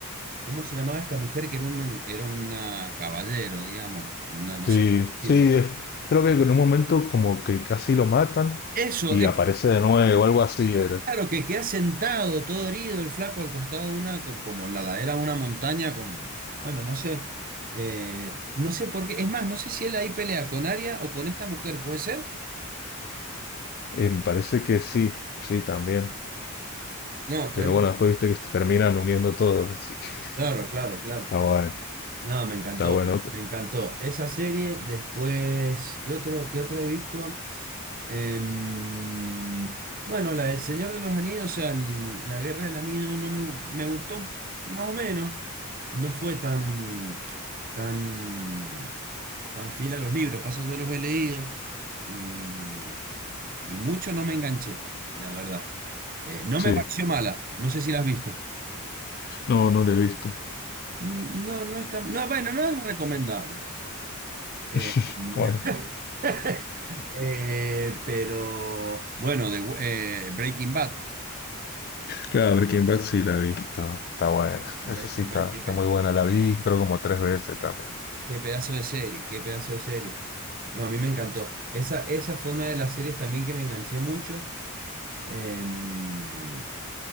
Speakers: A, on the right; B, on the left.
A: ¿Cómo se llamaba esta mujer que era una, era una caballero, digamos? Una, no
B: Sí,
A: sé cómo
B: sí,
A: decirlo.
B: es- creo que en un momento como que casi lo matan
A: Eso,
B: y aparece de nuevo, algo así era.
A: Claro, que queda sentado, todo herido, el flaco al costado de una, co- como en la ladera de una montaña, con, bueno, no sé, eh, no sé por qué, es más, no sé si él ahí pelea con Aria o con esta mujer, ¿puede ser?
B: Eh, me parece que sí, sí, también.
A: No, tremendo,
B: Pero bueno, después viste que se terminan uniendo todos, así que <laughs>
A: claro, claro, claro.
B: está bueno,
A: No, me encantó,
B: está bueno.
A: me encantó. Esa serie, después, ¿qué otro, qué otra he visto? Em, bueno, la del Señor de los Anillos, o sea, el- la Guerra del Anillo, no me, gu- me gustó, más o menos, no fue tan... tan, tan fiel a los libros. Pasa, yo los he leído y, y mucho no me enganché, la verdad. Eh, no
B: Sí.
A: me pareció mala, no sé si la has visto.
B: No, no lo he visto.
A: Mm, No, no es tan, no, bueno, no es recomendable. Eh,
B: <laughs> Bueno,
A: <laughs> eh, pero bueno, de, eh, Breaking Bad.
B: Claro, Breaking Bad sí la vi. está, está buena.
A: Breaking
B: Eso sí, está,
A: Bad, qué,
B: está
A: pe-
B: muy buena. La vi, creo, como tres veces también.
A: qué pedazo de serie, qué pedazo de serie. No, a mí me encantó. Esa, esa fue una de las series también que me enganché mucho. Em,